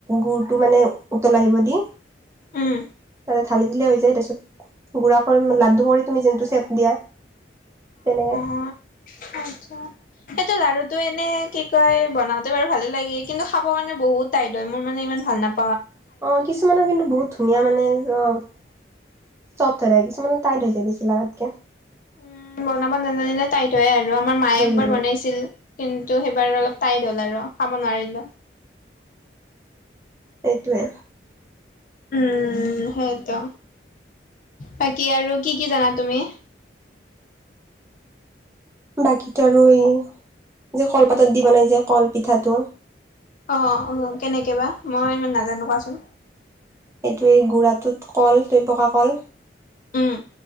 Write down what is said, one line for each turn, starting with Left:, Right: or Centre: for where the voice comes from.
Right: গুৰটো মানে উতল আহিব দি,
Left: উম
Right: তাতে থালি দিলে হৈ যায় তাৰপিছত, গুড়া কৰি লাডু কৰি তুমি যোনটো চেপ দিয়া তেনেকে।
Left: অ আচ্ছা সেইটো লাৰুটো এনে কি কয় বনাওঁতে বাৰু ভালে লাগে কিন্তু খাব কাৰণে বহুত টাইট হয়, মোৰ মানে ইমান ভাল না
Right: অ কিছুমানৰ কিন্তু বহুত ধুনীয়া মানে অ চফ হৈ থাকে কিছুমান টাইট হৈ যায় বেছি লাগাতকে
Left: উম বনাব নাজানিলে তাইত হয়ে আৰু আমাৰ মায়ে
Right: উম,
Left: একবাৰ বনাইছিল কিন্ত ত সেইবাৰ অলপ টাইট হ'ল আৰু খাব নোৱাৰিলো
Right: সেইটোৱে
Left: উম হয়তো বাকী আৰু কি কি জানা তুমি
Right: বাকীতো আৰু এই যে কলপাতত দি বনাই যে কলপিঠাটো
Left: অ অ কেনেকে বা মই ইমান নাজানো কোৱাচোন
Right: সেইটোয়ে গুড়াটোত কল ত পকা কল
Left: উম